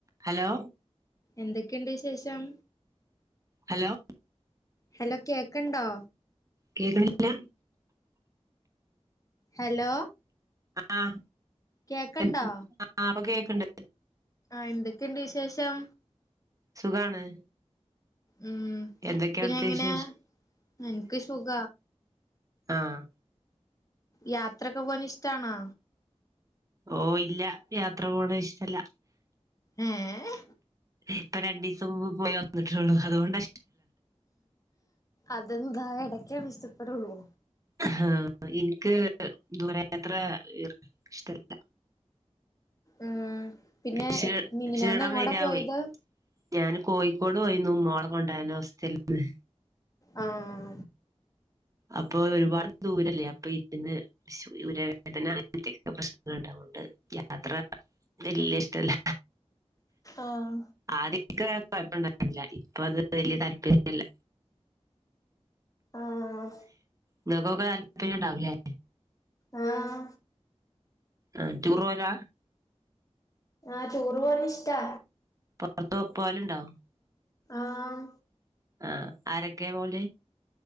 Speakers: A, on the right; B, on the left.
A: Hello
B: എന്തൊക്കെണ്ട് വിശേഷം
A: hello
B: hello കേക്കണ്ടോ?
A: കേൾക്ക്ണില്ല
B: ഹലോ
A: ആ
B: കേക്കണ്ടോ
A: <unintelligible> കേക്ക്ണ്ട്
B: ആഹ എന്തൊക്കെയുണ്ട് വിശേഷം
A: സുഖാണ്
B: ഉം
A: എന്തൊക്കെയാ
B: പിന്നെ
A: അവിടുത്തെ
B: എങ്ങനെയാ
A: വിശേഷം
B: എന്ക്ക് സുഖ
A: ആഹ
B: യാത്രൊക്കെ പോവാൻ ഇഷ്ടണോ?
A: ഓ ഇല്ല യാത്ര പോണ ഇഷ്ടല്ല.
B: ഏഹ്
A: ഇപ്പൊ രണ്ടീസം മുമ്പ് പോയി വന്നിട്ടെള്ളു അതുകൊണ്ട്
B: അതെന്താ എടക്കെ ഇഷ്ടപ്പെടുള്ളൂ.
A: ആഹ എനിക്ക് ദൂരയാത്ര ഇഷ്ടല്ല.
B: ആ പിന്നെ
A: ക്ഷീ
B: മിനിഞ്ഞാന്ന്
A: ക്ഷീണം
B: എങ്ങോടെ
A: വരാവേ
B: പോയത്
A: ഞാന് കോഴിക്കോട് പോയിരുന്നു മോളെ കൊണ്ടരാൻ ഹോസ്റ്റല്ന്ന്
B: ആഹ
A: അപ്പൊ ഒരുപാട് ദൂരല്ലേ അപ്പൊ ഇരുന്ന് രവേദന <unintelligible> <unintelligible> യാത്ര വല്ല്യ ഇഷ്ടല്ല
B: ആഹ
A: ആദ്യ ക്കെ കുഴപ്പണ്ടായില്ല ഇപ്പ അത് വലിയ താല്പര്യല്ല
B: ആഹ
A: ഇങ്ങക്കൊക്കെ താല്പര്യംണ്ടാവുല്ലേ
B: ആഹ
A: ആ ടൂറെവല
B: ആഹ് ടൂർ പോവാൻ ഇഷ്ടാ
A: പുറത്തു പോലുണ്ടോ?
B: ആഹ്
A: ആ ആരൊക്കെ പോവൽ